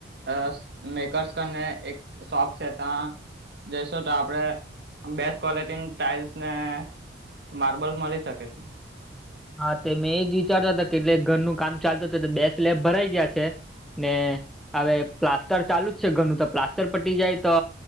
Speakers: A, on the right; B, in the centre.
A: અ સ્નેક કર્સ કને એક શોપ છે તા જઈશું તો આપણેે બેસ્ટ કોલેટીની ટાઇલ્સને માર્બલ મલી શકે છે.
B: હા તે મેં એજ વિચારતા તા કે એટલે ઘરનું કામ ચાલતું હતું તો બે સ્લેપ ભરાઈ ગયા છે. ને હવે પ્લાસ્ટર ચાલુ જ છે ઘરનું તો પ્લાસ્ટર પટી જાય તો